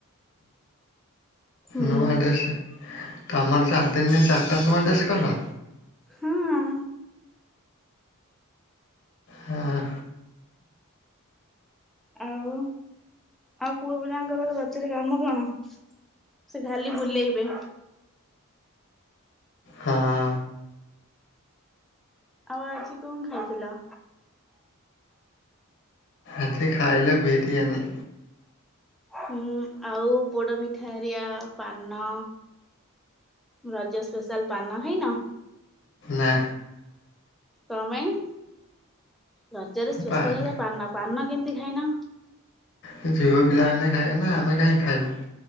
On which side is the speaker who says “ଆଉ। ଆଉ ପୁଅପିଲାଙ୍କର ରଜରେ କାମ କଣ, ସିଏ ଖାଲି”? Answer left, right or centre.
Centre